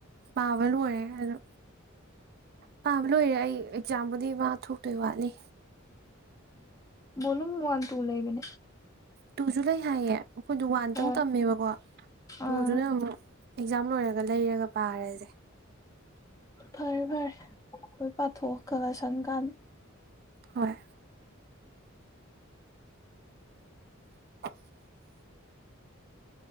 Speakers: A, on the right; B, on the left.
A: ꯄꯕ ꯂ ꯑꯣꯏꯋꯦꯣ ꯄꯥꯕ ꯂꯣꯏꯔꯦ ꯑꯩ ꯑꯦꯛꯖꯥꯝꯕꯨꯗꯤ ꯃꯥ ꯊꯣꯛꯇꯣꯏ ꯋꯥꯠꯂꯤ
B: ꯑꯣꯨꯝ ꯋꯥꯜ ꯇꯨ ꯎ ꯂꯩꯥꯏꯕꯅꯦ
A: ꯇꯨꯁꯨ ꯂꯩ ꯍꯥꯏꯌꯦ ꯑꯩꯈꯣꯏꯗ ꯋꯥꯟꯗꯪ
B: ꯍꯣꯏ
A: ꯇꯝꯃꯦꯕꯀꯣ ꯇꯨꯗꯨꯅ
B: ꯑꯥ
A: ꯑꯃꯨꯛ ꯑꯦꯛꯖꯥꯝ ꯂꯣꯏꯔꯒ ꯂꯩꯔꯒ ꯄꯥꯔꯁꯦ
B: ꯐꯔꯦ ꯐꯔꯦ ꯑꯩꯈꯣꯏ ꯄꯥꯊꯣꯛꯑ ꯈꯒ ꯁꯪꯀꯥꯟ
A: ꯍꯣꯏ <inaudible>